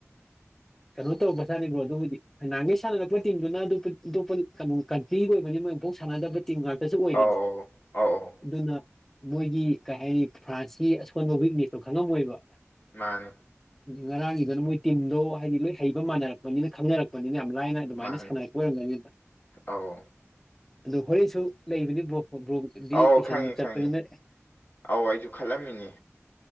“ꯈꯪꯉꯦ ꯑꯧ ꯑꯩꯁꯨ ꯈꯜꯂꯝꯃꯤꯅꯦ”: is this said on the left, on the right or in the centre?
Left